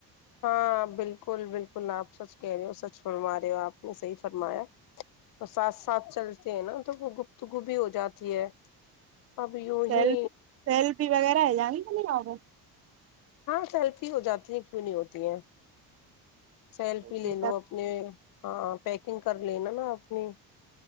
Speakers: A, on the left (about 60°); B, on the right (about 40°).
A: ہاں بالکل بالکل گلاب سچ کہہ رہے ہو س چھڑوا رہے ہو آپ نے صحیح فرمایا تو ساتھ ساتھ چلتے ہیں نا تو وہ گفتگو بھی ہو جاتی ہے اب یوں
B: سیلفی
A: ہی
B: سیلفی وغیرہ ہے جانی میرےااں کو
A: ہاں سیلفی ہو جاتی ہیں کیوں نہیں ہوتی ہیں سیلفی
B: اور پھر
A: لے لو اپنے ہاں پیکنگ کر لینا نا اپنی